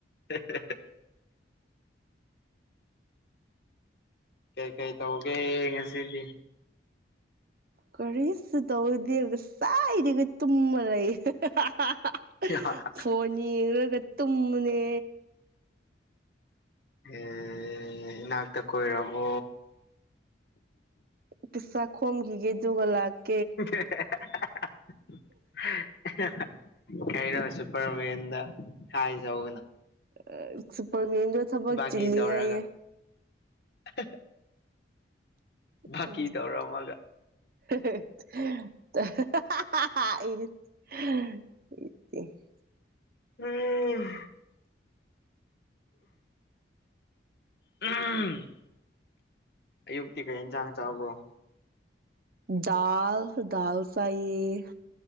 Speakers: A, on the left (about 55°); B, on the right (about 50°).
A: ꯍꯦ ꯍꯦ ꯍꯦ ꯀꯩꯀꯩ ꯇꯧꯒꯦ ꯉꯁꯤꯗꯤ
B: ꯀꯔꯤꯁꯨ ꯇꯧꯗꯦ ꯉꯁꯥꯏꯗꯒꯤ ꯇꯨꯝꯃ ꯂꯩ <unintelligible>
A: ꯑꯦ
B: ꯐꯣꯟ ꯌꯦꯡꯔꯒ ꯇꯨꯝꯕꯅꯦ
A: ꯑꯦ ꯏꯅꯥꯛꯇ ꯀꯣꯏꯔꯛꯑꯣ
B: ꯄꯩꯁꯥ ꯈꯣꯝꯒꯤꯒꯦ ꯑꯗꯨꯒ ꯂꯥꯛ
A: <unintelligible> <unintelligible> ꯀꯩꯅꯣ ꯁꯨꯄꯔꯃꯦꯟꯗ ꯍꯥꯏꯖꯧꯅ
B: <unintelligible> ꯁꯨꯄꯔꯃꯤꯟꯗꯣ ꯊꯕꯛ
A: ꯕꯥꯒꯤ
B: ꯆꯤꯜꯂꯤ
A: ꯇꯧꯔꯒ
B: ꯍꯥꯏꯌꯦ
A: <unintelligible>
B: <unintelligible>
A: ꯕꯥꯀꯤ ꯇꯧꯔꯝꯃꯒ
B: <unintelligible>
A: ꯎꯝ ꯎꯝ <unintelligible> ꯑꯌꯨꯛꯇꯤ ꯀꯩ ꯏꯟꯁꯥꯡ ꯆꯥꯕ꯭ꯔꯣ
B: ꯗꯥꯜ ꯗꯥꯜ ꯆꯥꯏꯌꯦ